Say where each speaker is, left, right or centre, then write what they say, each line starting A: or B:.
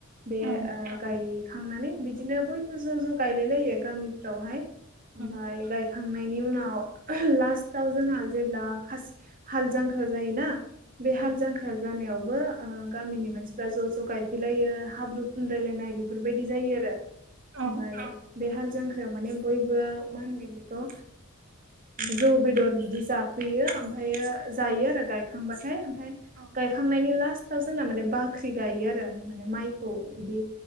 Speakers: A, on the right (about 40°); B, on the right (about 70°).
A: बे
B: औ
A: गाय गायखांनानै बिदिनो बयबो ज' ज' गायलायलायो गामिफ्रावहाय ओमफ्राय
B: उम
A: गाय खांनायनि उनाव लास्टआव जोंहा जेब्ला हाल जांख्रा जायोना बे हाल
B: उम
A: जांख्रा जानायावबो गामिनि मानसिफ्रा ज' ज' गायफैलायो हाब्रु फुनलायलायनाय बेफोरबायदि जायो आरो
B: औ
A: ओमफ्राय बे हाल जां जांख्रायाव माने बयबो मा होनगोन बेखौ जौ बेदर बिदि हैयो ओमफ्रायो जायो आरो गायखांबाथाय ओमफ्राय
B: औ
A: गायखांनायनि लास्ट र्स्टआव जोंना माने बाख्रि गायो आरो माने माइखौ बिदि